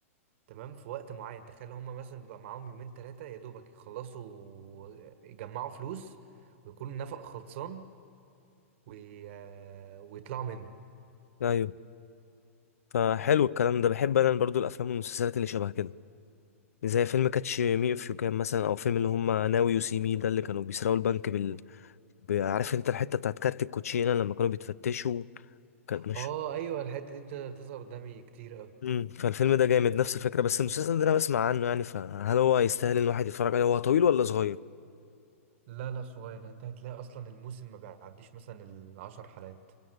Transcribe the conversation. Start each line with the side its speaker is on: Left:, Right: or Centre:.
Right: تمام في وقت معين تخيل هم مثلا بيبقى معاهم يومين ثلاثه يا دوبك يخلصوا آه، يجمعوا فلوس ويكون النفق خلصان وي... آه، ويطلعوا منه
Left: ايوه فحلو الكلام ده بحب انا برضو الافلام والمسلسلات اللي شبه كده زي فيلم كاتش مي اف يو كان مثلا او فيلم اللي هم ناو يو سي مي ده اللي كانوا بيسرقوا البنك ب- عارف انت الحته بتاعت كارت الكوتشينه لما كانوا بيتفتشوا كانت مش
Right: اه ايوه الحته دي بت- بتظهر قدامي كتير اه
Left: امم فالفيلم ده جامد نفس الفكره بس المسلسل ده انا بسمع عنه يعني فهل هو يستاهل ان الواحد يتفرج عليه هو طويل ولا صغير
Right: لا لا صغير يعني انت هتلاقي اصلا الموسم ما بيعديش مثلا العشر حلقات